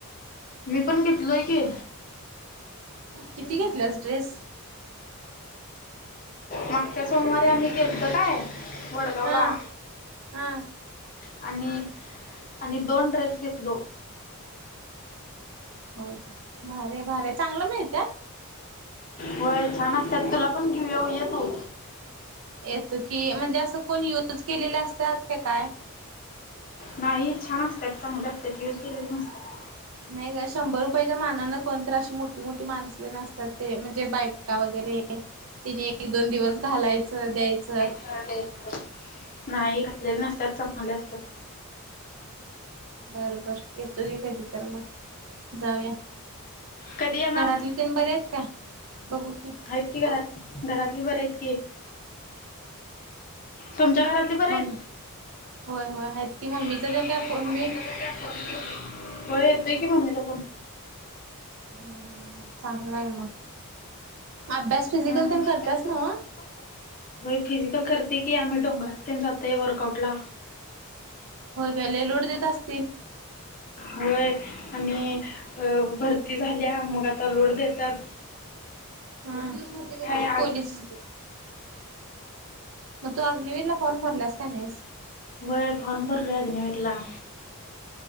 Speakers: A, on the left (about 35°); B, on the right (about 60°).
A: मी पण घेतलोय की
B: किती घेतलेस ड्रेस
A: मागच्या सोमवारी आम्ही गेलतो काय वडगावला.
B: हा हा
A: आणि आणि दोन ड्रेस घेतलो.
B: होय भारी हाय भारी हाय चागलं मिळत्यात.
A: होय छान असत्यात तुला पण घेऊयाऊ ये तू
B: येतो की म्हणजे असं कोण युज केलेले असत्यात का काय
A: नाही छान असत्यात चांगली असत्यात यूज केलेली नसत्यात.
B: नाही ग शंभर रुपयाच्या मानानं कोण तर अशी मोठी मोठी माणसं तेन असत्यात ते म्हणजे बायका वगैरे त्येनी एक एक दोन दिवस घालायचं द्यायचं
A: हा द्यायच. नाही घातलले नसत्यात चांगली असत्यात.
B: बर बर येतो घे कधी तर मग जाऊया.
A: कधी येणार
B: घरातली तेन बरी हायत काय बघू की
A: आहेत की घरातली घरातली बरी आहेत की तुमच्या घरातली बरी
B: मम्मी
A: आहेत.
B: होय होय आहेत की मम्मीचा
A: आमची
B: तेन काय फोन
A: मम्मी
B: बिन
A: <inaudible> मम्मी होय येतय की मम्मीला पण
B: हम हम चांगल हाय म अभ्यास फिजिकल
A: हम्म अभ्यास
B: तेन करत्यास
A: फिजिकल
B: न्हव
A: पण करतात नव्ह होय फिजिकल करते की आम्ही डोंगरात तेन जातोय वर्कआउटला.
B: होय काय लय लोड देत असतील.
A: होय आणि अ भरती झाल्या मग आता लोड देत्यात
B: हम एक दिवस भरतय काय ते.
A: आग
B: पोलिस मधे म तू अग्निवीरला फॉर्म भरल्यास काय नाहीस
A: व्हय फॉर्म भरलोय आग्निवीरला.